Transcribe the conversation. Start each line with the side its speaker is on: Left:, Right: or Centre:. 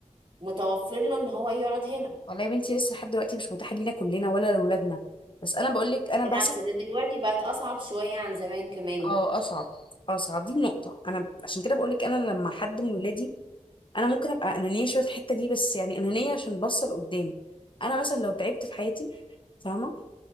Right: متوفر له إن هو يقعد هنا
Left: والله يا بنتي لسه لحد دلوقتي مش متاحه لينا كلنا ولا لاولادنا بس انا بقول لك انا
Right: بالعكس
Left: بسعى
Right: ده دلوقتي بقت أصعب شوية عن زمان كمان
Left: اه اصعب اصعب دي النقطه انا عشان كده بقول لك انا لما حد من ولادي انا ممكن ابقى انانيه شويه في الحته دي بس يعني انانيه عشان بصل قدام انا مثلا لو تعبت في حياتي فاهمه